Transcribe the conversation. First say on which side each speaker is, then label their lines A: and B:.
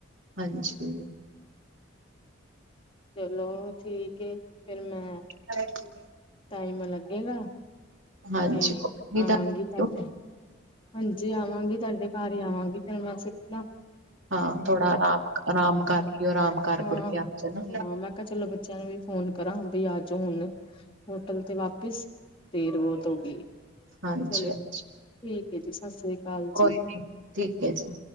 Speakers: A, on the right; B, on the left.
A: ਹਾਂਜੀ
B: ਚਲੋ ਠੀਕ ਏ ਫੇਰ ਮੈਂ
A: ਕਰ <unintelligible>
B: ਟਾਈਮ ਲੱਗੇਗਾ?
A: ਹਾਂਜੀ
B: ਤੇ
A: ਕੋਈ
B: ਆਵਾਂਗੀ
A: ਦੱਸ
B: ਤੁਹਾਡੇ ਹਾਂਜੀ ਆਵਾਂਗੀ ਤੁਹਾਡੇ ਘਰ ਹੀ ਆਵਾਂਗੀ। ਫੇਰ ਮੈਂ ਸਿੱਧਾਂ
A: ਹਾਂ ਥੋੜਾ ਆਰਾਮ ਆਰਾਮ ਕਰਲਿੳ ਆਰਾਮ ਕਰ
B: ਹਾਂ
A: ਕੁਰ ਕੇ ਆ ਜਾਨਾ
B: ਹਾਂ ਮੈਂ ਚਲੋ ਬੱਚਿਆਂ ਨੂੰ ਵੀ ਫੋਨ ਕਰਾਂ ਬਈ ਆ ਜੋ ਹੁਣ ਹੋਟਲ ਤੇ ਵਾਪਿਸ। ਦੇਰ ਬਹੁਤ ਹੋ ਗੀ ਏ,
A: ਹਾਂਜੀ
B: ਚਲੋ
A: ਹਾਂਜੀ
B: ਠੀਕ ਏ ਜੀ ਸਤਿ ਸ੍ਰੀ ਅਕਾਲ
A: ਕੋਈ
B: ਜੀ।
A: ਨੀ ਠੀਕ ਹੈ ਜੀ।